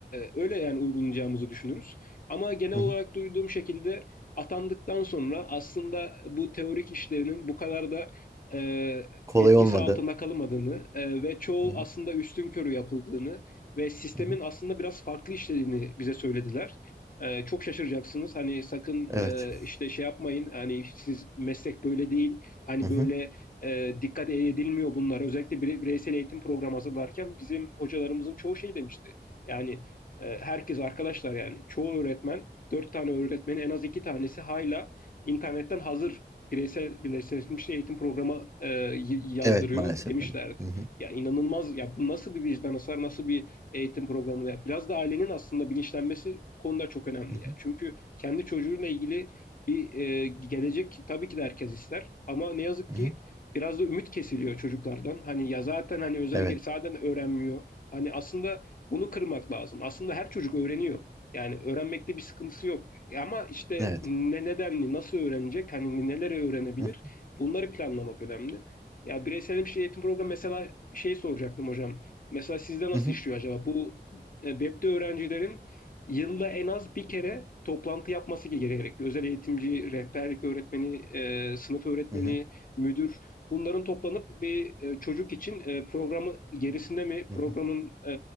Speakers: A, on the left (about 50°); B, on the right (about 15°).
A: öyle yani uygulayacağımızı düşünürüz. Ama genel
B: hı
A: olarak
B: hı.
A: duyduğum şekilde atandıktan sonra aslında bu teorik işlerinin bu kadar da e,
B: Kolay
A: etkisi
B: olmadı.
A: altında kalmadığını e, ve çoğu
B: Hı hı
A: aslında üstünkörü yapıldığını ve sistemin
B: hı. hı.
A: aslında biraz farklı işlediğini bize söylediler. Ee, çok şaşıracaksınız. Hani sakın
B: Evet.
A: e, işte şey yapmayın. Hani siz meslek böyle değil. Hani
B: Hı hı.
A: böyle e, dikkat edilmiyor bunlar. Özellikle bireysel eğitim programı hazırlarken bizim hocalarımızın çoğu şey demişti. Yani e, herkes arkadaşlar yani çoğu öğretmen dört tane öğretmenin en az iki tanesi hala internetten hazır bireysel birleştirilmiş eğitim programı e, yazdırıyor
B: Evet maalesef
A: demişlerdi.
B: öyle. Hı hı,
A: Ya inanılmaz ya bu nasıl bir vicdan hasar nasıl bir eğitim programına. Biraz da ailenin aslında bilinçlenmesi bu konuda çok önemli.
B: hı
A: Yani.
B: hı,
A: Çünkü kendi çocuğuyla ilgili bir e, gelecek tabii ki de herkes ister. Ama ne yazık
B: hı
A: ki
B: hı.
A: biraz da ümit kesiliyor çocuklardan. Hani ya zaten hani özel
B: Evet.
A: geri zaten öğrenmiyor. Hani aslında bunu kırmak lazım. Aslında her çocuk öğreniyor. Yani öğrenmekte bir sıkıntısı yok. E, Ama işte
B: Evet.
A: ne nedenli, nasıl öğrenecek, hani neleri öğrenebilir
B: Hı
A: bunları planlamak önemli. Ya bireysel bir şey eğitim programı mesela şey soracaktım hocam. Mesela sizde nasıl
B: hı,
A: işliyor acaba? Bu e, webde öğrencilerin yılda en az bir kere toplantı yapması gerekiyor. Özel eğitimci, rehberlik öğretmeni, e, sınıf öğretmeni,
B: hı hı,
A: müdür bunların toplanıp bir e, çocuk için e, programı gerisinde mi,
B: hı
A: programın
B: hı.
A: e,